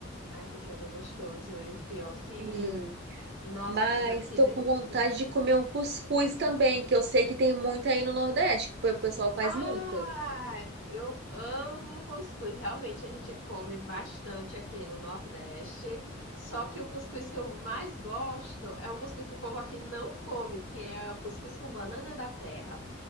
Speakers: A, on the left (about 85°); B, on the right (about 55°).
A: Ai, feijoada é gostoso, hein? Pior que...
B: Sim.
A: Nossa,
B: Mas
A: que
B: tô
A: delícia.
B: com vontade de comer um cuscuz também, que eu sei que tem muito aí no Nordeste, que o pessoal faz
A: Ah,
B: muito.
A: eu amo cuscuz. Realmente a gente come bastante aqui no Nordeste. Só que o cuscuz que eu mais gosto é um cuscuz que o povo aqui não come, que é o cuscuz com banana da terra.